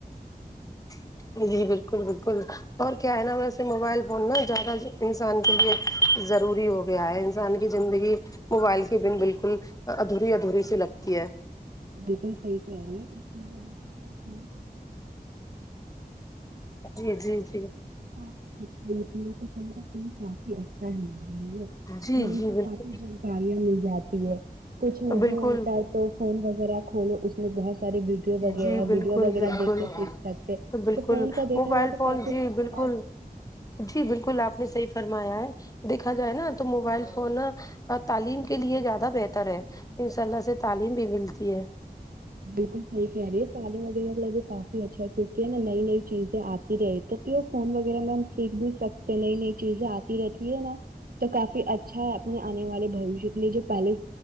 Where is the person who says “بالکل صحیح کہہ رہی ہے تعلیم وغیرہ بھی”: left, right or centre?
Right